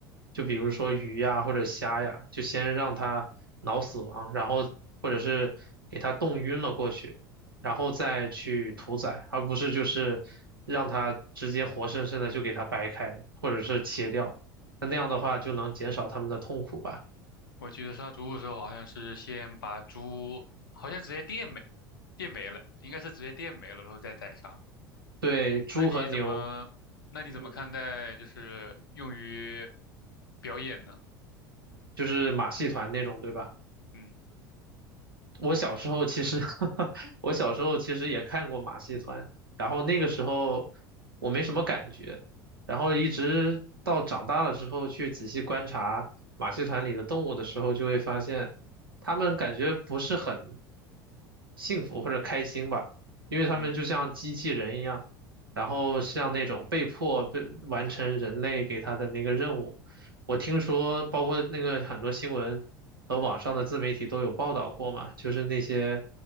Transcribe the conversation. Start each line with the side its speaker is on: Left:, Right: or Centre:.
Right: 就比如说鱼呀或者虾呀，
Left: 嗯，
Right: 就先让它脑死亡，然后或者是给它冻晕了过去，然后再去屠宰，而不是就是让它直接活生生的就给它掰开或者是切掉。那那样的话就能减少它们的痛苦吧。
Left: 我记得杀猪的时候好像是先把猪，好像直接电没电没了，应该是直接电没了，然后再宰杀。
Right: 对，猪和牛。
Left: 那你怎么那你怎么看待就是用于
Right: 嗯
Left: 表演呢？
Right: 就是马戏团那种，对吧？
Left: 嗯
Right: 我小时候其实 <laughs> 我小时候其实也看过马戏团，然后那个时候我没什么感觉，然后一直到长大了之后去仔细观察马戏团里的动物的时候，就会发现他们感觉不是很幸福或者开心吧，因为他们就像机器人一样，
Left: 嗯
Right: 然后像那种被迫被完成人类给他的那个任务。我听说，包括那个很多新闻。和网上的自媒体都有报道过嘛，就是那些